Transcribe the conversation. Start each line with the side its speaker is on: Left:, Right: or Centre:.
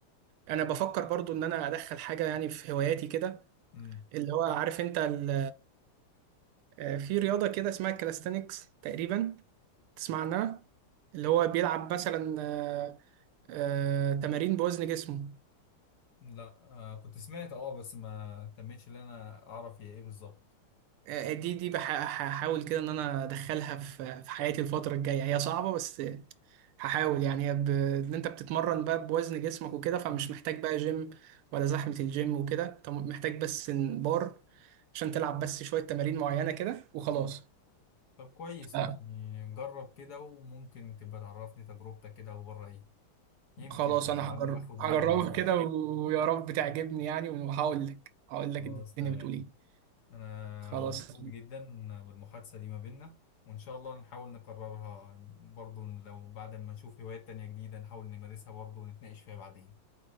Right: انا بفكر برضو ان انا ادخل حاجه يعني في هواياتي كده
Left: امم
Right: اللي هو عارف انت ال- آه، في رياضه كده اسمها كالستنكس تقريبا تسمع عنها اللي هو بيلعب مثلا آه، آه، تمارين بوزن جسمه
Left: لا آه كنت سمعت اه بس ما تمتش ان انا اعرف هي ايه بالظبط
Right: آه، دي دي بح- هحاول كده ان انا ادخلها في في حياتي الفتره الجايه هي صعبه بس هحاول يعني هي ب... ان انت بتتمرن بقى بوزن جسمك وكده فمش
Left: مم.
Right: محتاج بقى جيم ولا زحمه الجيم وكده انت محتاج بس إن بار عشان تلعب بس شويه تمارين معينه كده وخلاص
Left: مم. طب كويس
Right: آه،
Left: يعني جرب كده وممكن تبقى تعرفني تجربتك كده وبره ايه يمكن
Right: خلاص
Left: لعل
Right: انا هجرب
Left: اخد بيها
Right: هجربها
Left: مثلا
Right: كده ويا رب تعجبني يعني وهقول لك هقول لك
Left: خلاص
Right: الدنيا
Left: تمام
Right: بتقول ايه
Left: انا
Right: خلاص
Left: مبسوط جدا بالمحادثة دي ما بيننا وان شاء الله نحاول نكررها برضو لو بعد ما نشوف هوايات تانية جديدة نحاول نمارسها برضو ونتناقش فيها بعدين